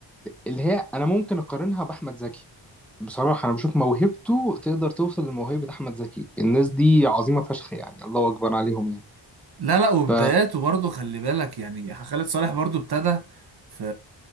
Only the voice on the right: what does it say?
لا لا وبداياته
برضه خلي بالك يعني خالد صالح برضه ابتدى في